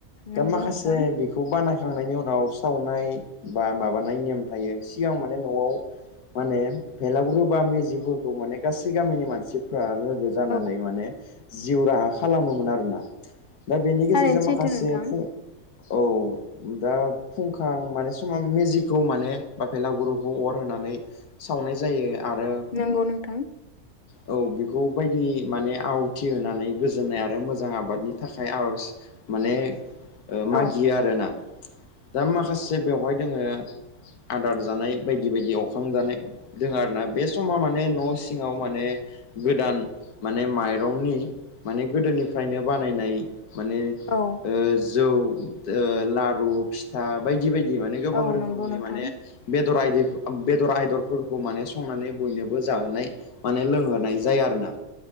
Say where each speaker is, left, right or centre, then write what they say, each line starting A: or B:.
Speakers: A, on the left (about 55°); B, on the left (about 85°).
A: नंगौ
B: दा माखासे
A: नोंथां
B: बेखौ बानाय खांनायनि उनाव सावनाय बा माबानाय नेम थायो सिगां माने न'आव माने भेलागुरु बा मेजिफोरखौ माने गासै गामिनि मानसिफ्रा रो जानानै
A: औ
B: माने जिउ राहा खालामोमोन आरोना दा बेनि गेजेरजों
A: थारैनो सैथो
B: माखासे
A: नोंथां
B: फुं औ दा फुंखां माने समाव मेजिखौ माने बा पेलागुरुखौ अर होनानै सावनाय जायो। आरो
A: नंगौ नोंथां
B: औ बि खौ बायदि माने आवथि होनानै गोजोननाय आरो मोजां आबादनि थाखाय आरज माने ओ मागियो
A: औ
B: आरो ना दा माखासे बेवहाय दोङो आदार जानाय बायदि बायदि एवखां जानाय दोङो आरोना? बे समा माने न सिङाव माने गोदान माने माइरंनि माने गोदोनिफ्रायनो बानायनाय माने
A: औ
B: ओ जौ ओ लारु फिथा बायदि बायदि दि माने गोबां
A: औ
B: रोखोमनि
A: नंगौ नोंथां
B: माने बेदर आयदिफो बेदर आयदरफोरखौ माने स संनानै बयनोबो जाहोनाय माने लोंहोनाय जाया आरोना।